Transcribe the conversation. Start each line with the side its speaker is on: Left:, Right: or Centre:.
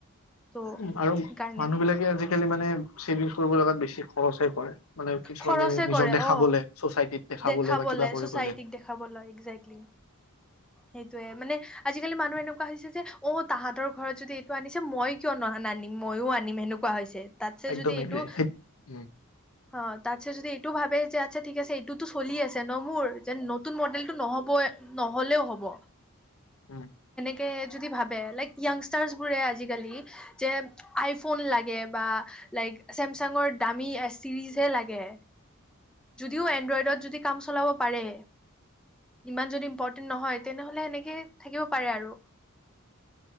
Centre: ত'
Left: উম আৰু
Centre: সেইকাৰণে
Left: মানুহ বিলাকে আজিকালি মানে চেভিংছ কৰিব লগাত বেছি খৰচে কৰে মানে কিছুমানে
Centre: খৰচে
Left: নিজক
Centre: কৰে
Left: দেখাবলে
Centre: অ
Left: চচাইটিত
Centre: দেখাবলে
Left: বা কিবা কৰিবলে
Centre: চচাইটিক দেখাবলৈ একজেক্টলি সেইটোৱে মানে আজিকালি মানুহ এনেকুৱা হৈছে যে অ তাহাঁতৰ ঘৰত যদি এইটো আনিছে মই কিয় ন নানিম মইও আনিম সেনেকুৱা হৈছে তাতছে
Left: একদম
Centre: যদি এইটো
Left: এগ্ৰী। উম
Centre: অ তাৰছে যদি এইটো ভাবে যে আচ্ছা ঠিক আছে এইটোতো চলি আছে ন মোৰ যে নতুন মডেলটো নহব নহলেও হব
Left: উম
Centre: সেনেকে যদি ভাবে লাইক য়াংষ্টাৰছবোৰে আজিকালি যে আইফোন লাগে বা লাইক ছেমচাঙৰ দামী এছ চিজহে লাগে যদিও এনড্ৰইডত যদি কাম চলাব পাৰে ইমান যদি ইম্পৰ্টেন্ট নহয় তেনেহলে সেনেকে থাকিব পাৰে আৰু